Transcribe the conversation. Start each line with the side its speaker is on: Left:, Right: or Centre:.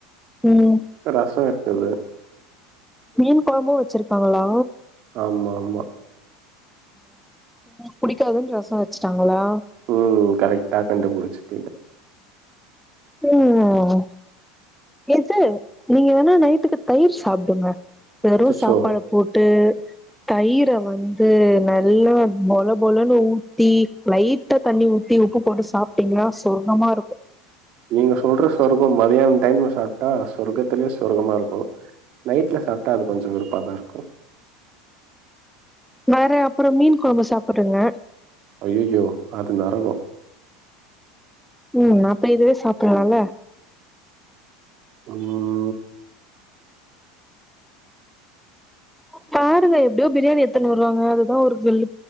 Centre: ம்
Right: ரசோ இருக்குது
Centre: மீன் குழம்பு வச்சிருக்காங்களா
Right: ஆமா ஆமா
Centre: புடிக்காதுன்னு ரசோ வச்சுட்டாங்களா
Right: ம் கரெக்டா கண்டுபிடிச்சிட்டீங்க
Centre: ம் எது நீங்க வேணா நைட்டுக்கு தயிர் சாப்டுங்க வெறு
Right: அச்சச்சோ
Centre: சாப்பாட போட்டு தயிர வந்து நல்லா பொழ பொழன்னு ஊத்தி லைட் டா தண்ணி ஊத்தி உப்பு போட்டு சாப்பிட்டீங்கனா சொர்கமா இருக்கு
Right: நீங்க சொல்ற சொர்கம் மதியானம் டைம்ல சாப்ட்டா சொர்க்கத்தலயு சொர்க்கமா இருக்கு நைட்ல சாப்ட்டா அது கொஞ்சோ வெருப்பா தா இருக்கு
Centre: வேற அப்றோ மீன் குழம்பு சாபிடுங்க
Right: ஐயயோ அது நரகோ
Centre: ம் அப்ப இதுவே சாப்டலால
Right: ஆமா
Centre: பாருங்க எப்டியோ பிரியாணி எடுத்துன்னு வருவாங்க அதுதா ஒரு வெழு